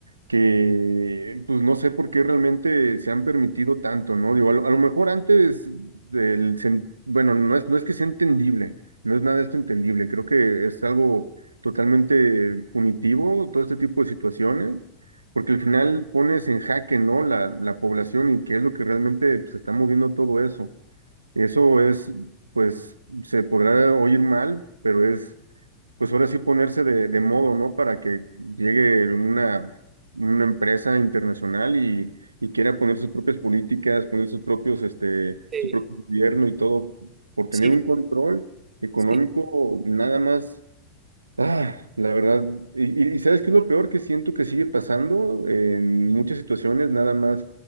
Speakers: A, on the right; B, on the right.
A: que, pues no sé por qué realmente se han permitido tanto, ¿no? Digo, a lo, a lo mejor antes del, sen- bueno, no es, no es que sea entendible, no es nada de esto entendible, creo que es algo totalmente punitivo todo este tipo de situaciones, porque al final pones en jaque, ¿no? La, la población y qué es lo que realmente se está moviendo todo eso. Eso es, pues, se podrá oír mal, pero es pues ahora sí ponerse de, de modo, ¿no? Para que llegue una, una empresa internacional y, y quiera poner sus propias políticas, poner sus propios, este,
B: sí,
A: su propio gobierno y todo, por
B: sí,
A: tener un control económico
B: sí.
A: nada más Ah, la verdad, y, y- y ¿sabes qué es lo peor que siento que sigue pasando en muchas situaciones, nada más